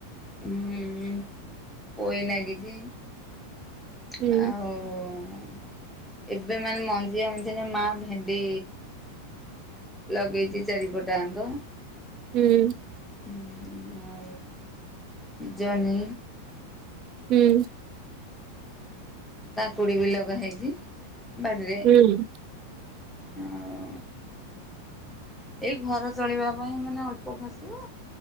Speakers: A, in the centre; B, on the right.
A: ହଁ ପୋଇ ଲାଗିଛି। ଆଉ
B: ହୁଁ
A: ଏବେ ମାନେ ମଞ୍ଜି ଆଣିଛନ୍ତି ମା ଭେଣ୍ଡି ଲଗେଇଚି ଚାରିପଟ ଆଙ୍କ।
B: ହୁଁ।
A: <unintelligible> ଜହ୍ନି
B: ହୁଁ।
A: କାକୁଡ଼ି ବି ଲଗା ହେଇଚି ବାଡ଼ିରେ।
B: ହୁଁ
A: ଆଉ ଏଇ ଘର ଚଳିବା ପାଇଁ ମାନେ ଅଳ୍ପ ଫସଲ।